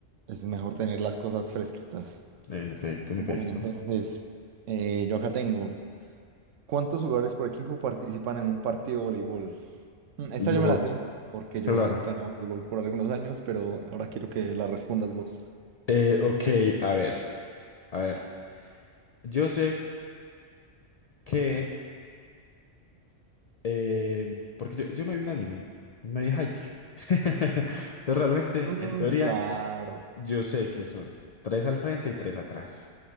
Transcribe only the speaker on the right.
es mejor tener las cosas fresquitas.
Bueno,
entonces, eh, yo acá tengo. ¿Cuántos jugadores por equipo participan en un partido de voleibol? Mm, Esta
yo me la sé, porque
yo he entrenado voleibol por algunos años, pero ahora quiero que la respondas vos.
Mm,
claro.